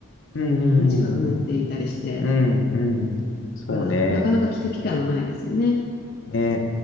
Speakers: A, on the left; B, on the left.
A: うん、
B: 短くなっていたりして、
A: うん、うん、うんそうね。
B: だから、なかなか聞く機会もないですよね。
A: うんね。